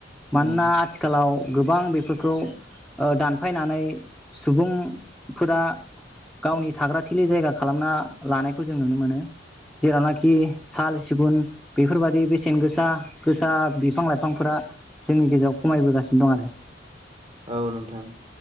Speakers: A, in the centre; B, on the right.
A: मानोना
B: उम
A: आथिखालाव गोबां बेफ फोरखौ दानफायनानै सुबुंफोरा गावनि थाग्रा थिलि जायगा खालामना लानायखौ जों नुनो मोनो जेरावनाखि साल सिगुन बेफोरबादि बेसेन गोसा गोसा बिफां-लाइफांफोरा जोंनि गेजेराव खमायबोगासिनो दं आरो।
B: औ नोंथां।